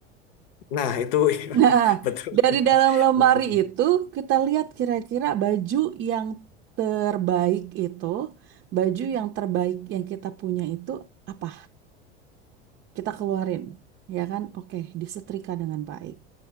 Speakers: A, on the left; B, on the right.
A: Nah, itu
B: <laughs> nah
A: <laughs> betul.
B: dari dalam lemari
A: Betul.
B: itu kita lihat kira-kira baju yang terbaik itu baju yang terbaik yang kita punya itu apa kita keluarin ya kan oke disetrika dengan baik